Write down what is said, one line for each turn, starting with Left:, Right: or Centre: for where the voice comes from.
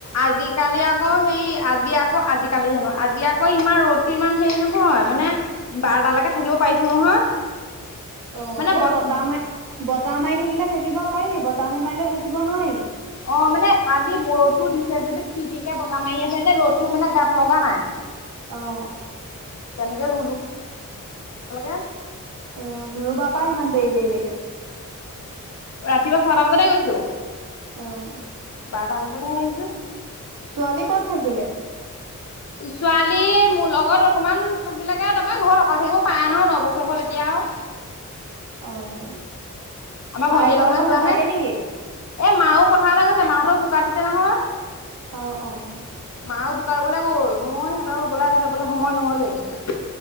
Left: আজিকালি আকৌ সেই আজি আকৌ আজিকালি হেনো আজি আকৌ ইমান ৰ'দতটো ইমান হেৰি নহয় মানে বাৰ'টালৈকে থাকিব পাৰিছে নহয়।
Right: অ',
Left: মানে
Right: এই
Left: বত
Right: বতাহ মাৰি বতাহ মাৰি থাকিলে থাকিব পাৰি বতাহ নে মাৰিলে থাকিব নোৱাৰি।
Left: অ', মানে আজি বৰো দিছে যদি ফি ফিকে বতাহ মাৰি আছে ৰ'দটো মানে গাত লগা নাই।
Right: অ',
Left: তেনেকৈ <unintelligible>
Right: অ', নৰুবা পাই ইমান দেৰি দেৰিলে।
Left: ৰাতিপুৱা ছটা বজাতে গৈছো।
Right: অ',
Left: বাৰটা বজাতহে আহিছো।
Right: ছোৱালী ক'ত থাকিলে?
Left: ছোৱালী মোৰ লগত অকমান থাকিলেগে তাৰপৰা ঘৰত অকলে থাকিব পাৰি নহয় নবছৰ হল এতিয়া আউ।
Right: অ',
Left: আমাৰ ভণ্টিহতৰ
Right: আয়েকৰ
Left: ঘৰত
Right: লগত
Left: যোৱা
Right: নাথাকে
Left: নে,
Right: নেকি
Left: এ মাও পথাৰলৈ গৈছে মাহঁতেও বোকা দিছে নহয়।
Right: অ', অ', ।
Left: মা বোকাবলৈ গ'ল, মই সিহঁতৰ ৰুবলাই আজি যাবলৈ সময় নহলেই।